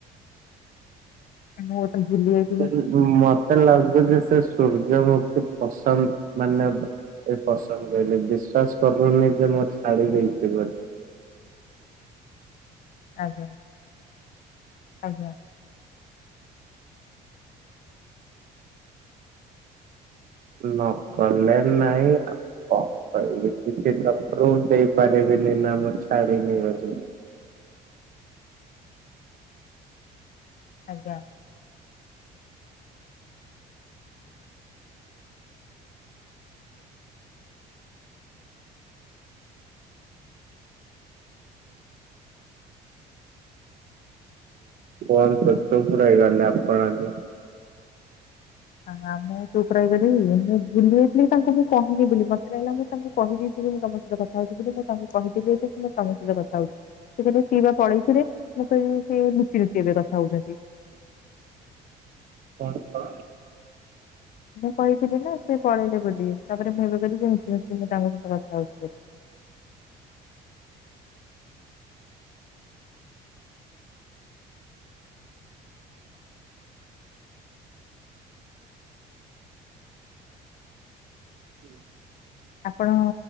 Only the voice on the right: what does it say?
ଆକଚୁଆଲି ମତେ ଲାଗୁଛି ଯେ ସେ ସୂର୍ଯ୍ୟମୁଖୀ ପସନ୍ଦ ମାନେ ଏ ପସନ୍ଦ କହିଲେ ବିଶ୍ଵାସ କରିବୁନି ଯେ ମୁ ଛାଡି ଦେଇଛି ବୋଲି।
ନ କଲେ ନାଇଁ ଆଉ। କଣ କହିବି କିଛି ତ ପ୍ରୂଫ ଦେଇପାରିବିନି ନା ଛାଡିଲି ବୋଲି।
ହଉ କଣ ଚୁପ ହେଇଗଲେ ଆପଣ ଯେ
କଣ କ
ହୁଁ